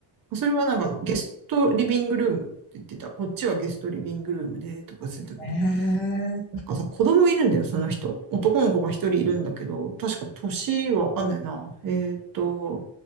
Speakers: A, on the right; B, on the left.
A: それはなんか、ゲストリビングルームって言ってた。こっちはゲストリビングルームで、とかついたけど。
B: のへえ。
A: なんかさ、子供いるんだよ、その人。男の子が一人いるんだけど、確か年はわかんないな。えーっと、